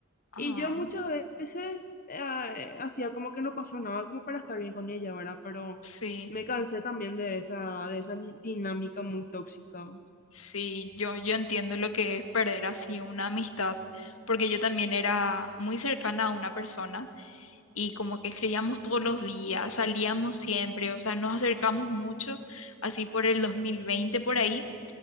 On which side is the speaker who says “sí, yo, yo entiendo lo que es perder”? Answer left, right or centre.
Left